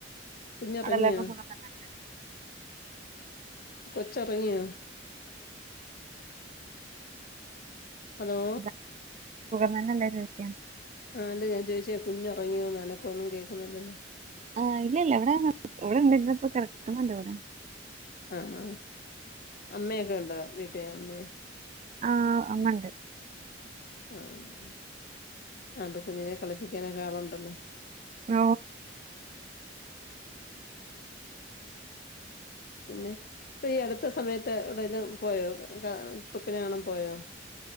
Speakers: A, on the left; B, on the right.
A: കുഞ്ഞുറങ്ങിയോ
B: അവിടെല്ലാർക്കും സുഖംതന്നല്ലേ
A: കൊചോറങ്ങിയ ഹലോ
B: ത സുഖം തന്നെല്ലേന്ന് ചോയ്ക്ക
A: അല്ലേ ഞാൻ ചോദിച്ചേ കുഞ്ഞുറങ്ങിയോ അനക്കൊന്നും കേൾക്കുന്നില്ലല്ലോ
B: ആ ഇല്ല ഇല്ല ഇവിടെ ഇവിടെണ്ടിപ്പോ കിടക്കുന്നുണ്ടിവിടെ
A: ആണോ അമ്മയൊക്കെ ഒണ്ടോ വീട്ടി ട്ടെ അമ്മേ
B: ആ അങ്ങ് ഒണ്ട്
A: ആ അതോണ്ട് കുഞ്ഞിനെ കളിപ്പിക്കാനൊക്കെ ആളുണ്ടല്ലേ
B: ഓ
A: പിന്നെ ഇപ്പൊ ഈ അടുത്ത സമയത്ത് എവിടെേലും പോയോ ട്രിപ്പിനങ്ങാണം പോയോ?